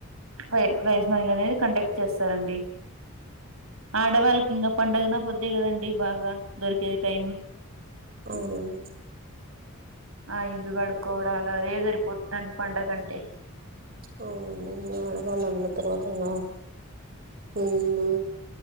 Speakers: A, on the right; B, on the right.
A: ఫై ప్రైజ్ మనీ లనేది కండెక్ట్ చేస్తారండి ఆడవాళ్ళకి ఇంకా పండగ నా పొద్దె కదండి బాగా దొరికేది టైము
B: అవునవును
A: ఆ ఇల్లు కడుక్కోవడాలు అదే సరిపోతుంద్ పండగంటే
B: అవునండి ఇంగ ఆడవాళ్ళ అన్న తర్వాత ఇంగ నీళ్ళు,